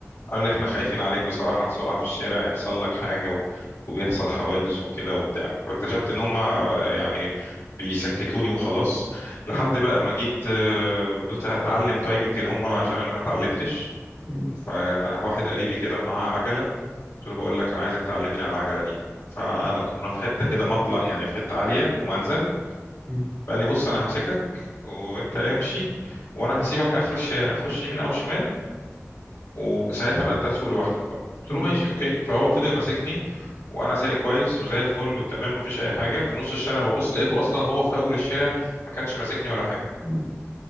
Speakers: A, on the left (about 85°); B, on the right (about 50°).
A: قال لي احنا خايفين عليك بصراحة تسقع في الشارع يحصل لك حاجة و... وبيحصل حوادث وكده وبتاع فاكتشفت ان هما يعني بيسكتوني وخلاص لحد
B: مم.
A: بقى ما جيت آه، قلت هتعلم طيب يمكن هما عشان انا ما اتعلمتش
B: مم.
A: فواحد قريبي كده معاه عجلة قلت له بقول لك انا عايزك تعلمني على العجلة دي فكنا في حتة كده مطلع يعني في حتة عالية ومنزل
B: مم.
A: قال لي بص انا همسكك وانت امشي وانا هسيبك اخر الشارع خش يمين او شمال وساعتها بقى انت تسوق لوحدك بقى قلت
B: مم.
A: له ماشي اوكي فهو فضل ماسكني وانا سايق كويس وزي الفل وتمام مفيش اي حاجه في نص الشارع ببص لقيته اصلا هو في اول الشارع ما كانش ماسكني ولا حاجه
B: مم.